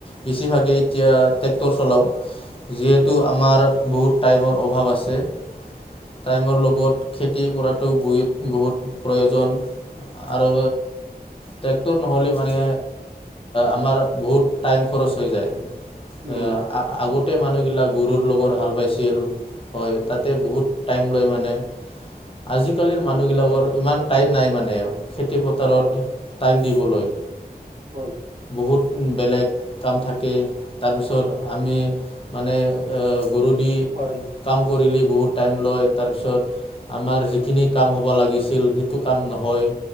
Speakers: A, on the left; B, on the right.
A: বেছিভাগেই এতিয়া ট্ৰেক্টৰ চলাওঁ। যিহেতু আমাৰ বহুত টাইমৰ অভাৱ আছে। টাইমৰ
B: উম।
A: লগত খেতি কৰাতো বইত- বহুত প্ৰয়োজন আৰু ট্ৰেক্টৰ নহ'লে মানে, আমাৰ বহুত টাইম খৰচ হৈ যায়।
B: উম
A: এ আগতে মানুহগিলাক গৰুৰ লগৰ
B: হয়
A: হাল বাইছিল। হয়, তাতে বহুত টাইম লয় মানে। আজি কালিৰ মানুহগিলাকৰ
B: হয়
A: ইমান টাইম নাই মানে, খেতি পথাৰত
B: হয়
A: টাইম দিবলৈ।
B: হয়।
A: বহুত বেলেগ কাম থাকে। তাৰপিছত আমি মানে গৰু দি
B: হয়
A: কাম কৰিলেই বহুত টাইম লয়। তাৰপিছত আমাৰ যিখিনি কাম হ'ব লাগি ছিল, সেইটো কাম নহয়।